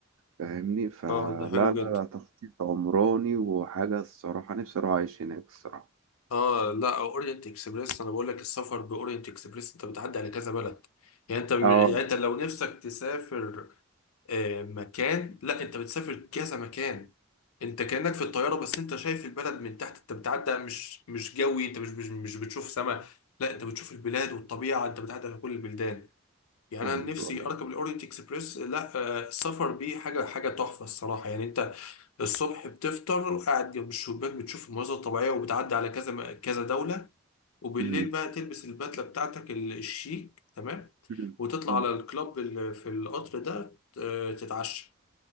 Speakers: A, on the right (about 80°); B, on the left (about 80°).
A: فاهمني فلا
B: اه ده حلو
A: لا
B: جدا
A: لا تخطيط عمراني وحاجة الصراحة نفسي أروح أعيش هناك الصراحة
B: اه لا اورينت اكسبريس انا بقول لك السفر باورينت اكسبريس انت بتعدي على كذا بلد يعني انت يعني
A: اه
B: انت لو نفسك تسافر آه، مكان لا انت بتسافر كذا مكان انت كأنك في الطيارة بس انت شايف البلد من تحت انت بتعدي مش مش جوي انت مش مش, مش بتشوف سما لا انت بتشوف البلاد والطبيعة انت بتعدي على كل البلدان يعني
A: ايوه
B: انا نفسي اركب الاورينت اكسبريس لا آه، السفر بيه حاجة حاجة تحفة الصراحة يعني انت الصبح بتفطر وقاعد جنب الشباك بتشوف المناظر الطبيعية وبتعدي على كذا كذا دولة وبالليل
A: امم
B: بقى تلبس البدلة بتاعتك ال- الشيك تمام
A: امم
B: وتطلع
A: امم.
B: على الكلاب اللي في القطر ده آه، تتعشى